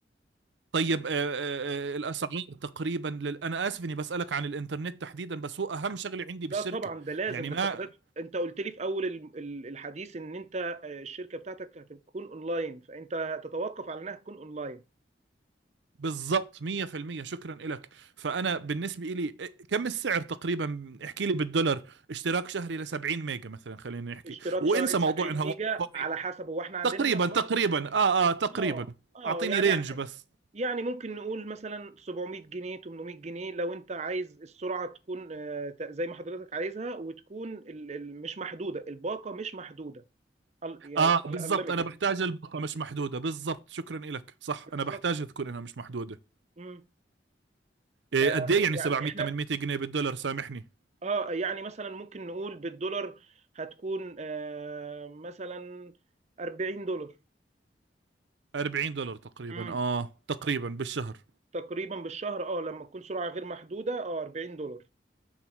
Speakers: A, on the right; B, on the right.
A: طيب آه، آه، آه، الأسعار تقريبا لل... أنا آسف إني بسألك عن الإنترنت تحديدا بس هو أهم شغلة عندي بالشركة
B: لا طبعا ده لازم
A: يعني
B: ده
A: ما
B: انت حضرتك انت قلت لي في اول ال- ال- الحديث ان انت آه، الشركه بتاعتك هتكون اونلاين فانت تتوقف على انها تكون اونلاين
A: بالضبط 100% شكرا لك فانا بالنسبه لي كم السعر تقريبا احكي لي بالدولار اشتراك شهري ل 70 ميجا مثلا خلينا نحكي
B: اشتراك
A: وانسى
B: شهري ب 70
A: موضوع انها
B: ميجا
A: واي فاي
B: على حسب هو احنا عندنا
A: تقريبا
B: هنا في
A: تقريبا
B: مصر
A: اه اه تقريبا
B: اه اه
A: اعطيني
B: يعني
A: رينج بس
B: يعني ممكن نقول مثلا 700 جنيه 800 جنيه لو انت عايز السرعه تكون آه، ت- زي ما حضرتك عايزها وتكون ال- ال- مش محدوده الباقه مش محدوده ال- يعني
A: اه
B: تبقى
A: بالضبط
B: انليميتد
A: انا بحتاج الباقه مش محدوده بالضبط شكرا لك صح
B: بالظبط
A: انا بحتاج تكون انها مش محدوده
B: امم
A: إيه
B: فيعني
A: قد ايه يعني 700
B: احنا
A: 800 جنيه بالدولار سامحني
B: اه يعني مثلا ممكن نقول بالدولار هتكون آه مثلا 40 دولار
A: 40 دولار تقريبا
B: امم
A: اه تقريبا بالشهر
B: تقريبا بالشهر اه لما تكون سرعه غير محدوده اه 40 دولار